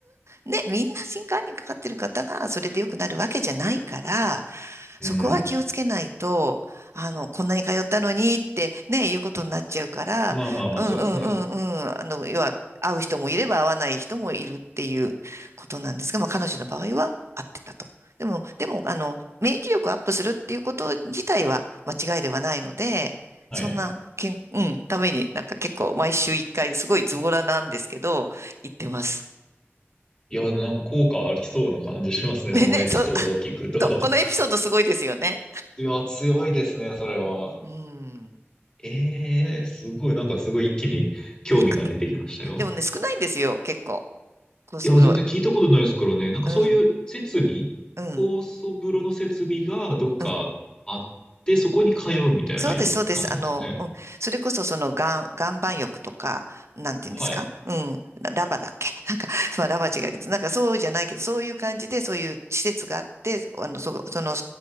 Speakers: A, on the right; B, on the left.
A: ず、ね、みんな新冠にかかってる方が、それで良くなるわけじゃないから、
B: うん。
A: そこは気をつけないと、あの、こんなに通ったのにってね、いうことになっちゃうから、
B: まあまあまあ、
A: うんうんうんうん、
B: そうですね。
A: あの、要は、会う人もいれば会わない人もいるっていうことなんですが、まあ、彼女の場合は会ってたと。でも、でも、あの、免疫力をアップするっていうこと自体は間違いではないので、
B: はい。
A: そんな、けん、うん、ために、なんか結構毎週一回、すごいズボラなんですけど、行ってます。
B: いや、でもなんか効果ありそうな感じしますね。
A: <laughs> ね、
B: そのエピソードを聞くと。
A: そ、<laughs> と、このエピソードすごいですよね。
B: いや、強いですね、それは。
A: うん。
B: ええすごい、なんかすごい一気に興味が出てきましたよ。
A: 行くでもね、少ないんですよ、結構。コースブロー。
B: いや、全然聞いたことないですからね。なんかそういう設備、
A: うん、うん、
B: 高層風呂の設備がどっかあって、
A: うん。
B: そこに通うみたいな感じなんですね。
A: そうです、そうです。あの、うん。それこそ、その、岩、岩盤浴とか、なんていうんですかうん。
B: はい。
A: ララバだっけ <laughs> なんか、<laughs> まあ、ラバ違うけど、なんかそうじゃないけど、そういう感じで、そういう施設があって、あの、そ、その、